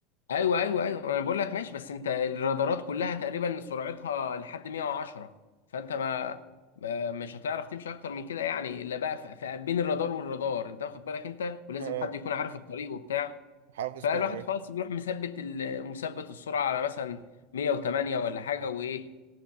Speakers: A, on the left; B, on the right.
A: ايوه ايوه ايوه انا بقول لك ماشي بس انت الرادارات كلها تقريبا سرعتها لحد 110 فانت ما, ما مش هتعرف تمشي اكتر من كده يعني الا بقى ف- ف- بين الرادار والرادار انت واخد بالك انت ولازم
B: اه
A: حد يكون عارف الطريق وبتاع
B: حافظ
A: فالواحد
B: بقى الاماكن
A: خلاص بيروح مثبت ال- مثبت السرعه على مثلا 108 ولا حاجه وايه